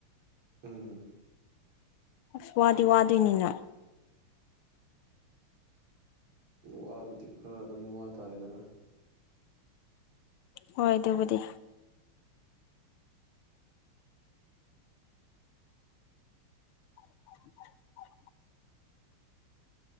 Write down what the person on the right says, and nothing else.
ꯎꯝ
ꯋꯥꯕꯨꯗꯤ ꯈꯔ ꯑꯗꯨꯝ ꯋꯥ ꯇꯥꯔꯦꯗꯅ